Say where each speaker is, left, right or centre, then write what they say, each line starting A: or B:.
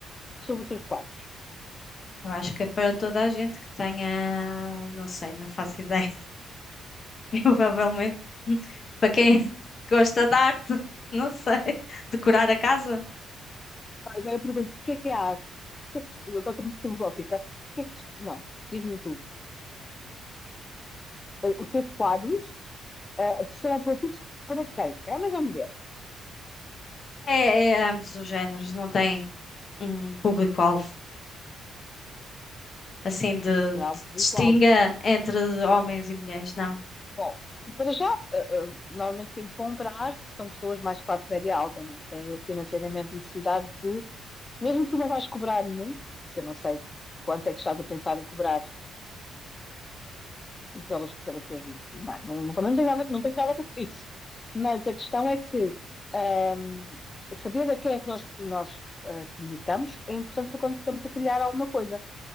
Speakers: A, on the left; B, on the left.
A: sobre os teus quadros?
B: Eu acho que é para toda a gente que tenha, não sei, não faço ideia, <laughs> provavelmente. <laughs> Para quem gosta de arte, não sei, decorar a casa.
A: Agora eu pergunto: o que é que é a arte? O que é que te- agora estou muito filosófica. O que é que te- não, diz-me tu. Ahm, os teus quadros ah, serão atrativos para quem? Homens ou mulheres?
B: É, é ambos os géneros, não tem um público-alvo assim de,
A: Será
B: de
A: um público-alvo?
B: distinga entre homens e mulheres, não.
A: Bom, para já, ah, ah, normalmente quem comprar são pessoas mais classe média alta, né? que têm financeiramente necessidade de, mesmo que tu não vais cobrar muito, que eu não sei quanto é que estás a pensar em cobrar pelos, pelos teus livros. Não, é? não, também não tem, nada, a ver- não tem nada a ver com isso. Mas a questão é que ahm, saber a quem é que nós, nós ah, comunicamos é importante para quando estamos a criar alguma coisa.